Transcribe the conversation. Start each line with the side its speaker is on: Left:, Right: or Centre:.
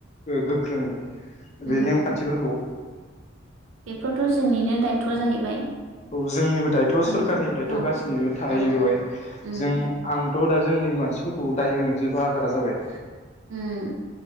Left: गोख्रोङै
Right: उम
Left: बे नेमखान्थिफोरखौ
Right: बेफोरथ' जोंनिनो दायथ'आ जाहैबाय
Left: औ जोंनिबो दायथ' सरखारारनिबो
Right: औ
Left: दायथ'
Right: औ
Left: गाससिनिबो थायो
Right: औ
Left: बेवहाय
Right: उम
Left: जों आं थ' दा जोंनि मानसिफोरखौ दाय होनोसो बाहागारा जाबाय
Right: उम